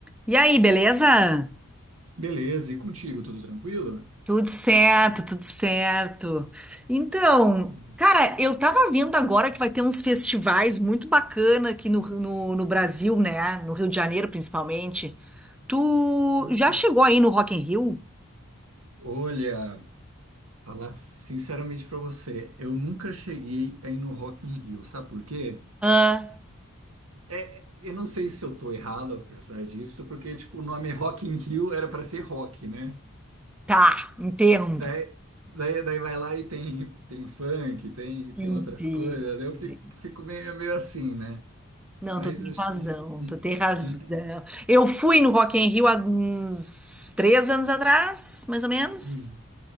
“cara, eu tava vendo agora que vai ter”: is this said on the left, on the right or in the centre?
Centre